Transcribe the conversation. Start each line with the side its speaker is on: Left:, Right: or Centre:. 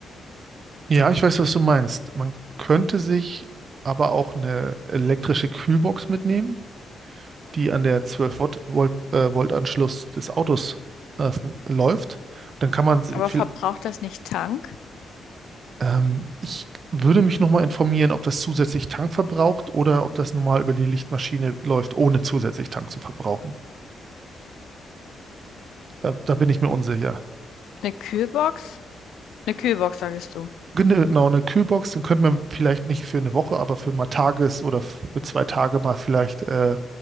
Right: ja, ich weiß, was du meinst. Man könnte sich aber auch eine elektrische Kühlbox mitnehmen, die an der 12 Volt, Volt, äh, Volt-Anschluss des Autos äh, fun- läuft. Dann kann man sie
Left: Aber
Right: viel.
Left: verbraucht das nicht Tank?
Right: Ähm, ich würde mich nochmal informieren, ob das zusätzlich Tank verbraucht oder ob das normal über die Lichtmaschine läuft, ohne zusätzlich Tank zu verbrauchen. Da, da bin ich mir unsicher.
Left: Eine Kühlbox? Eine Kühlbox, sagst du.
Right: Genau, genau, eine Kühlbox, dann könnte man vielleicht nicht für eine Woche, aber für mal Tages- oder für zwei Tage mal vielleicht äh,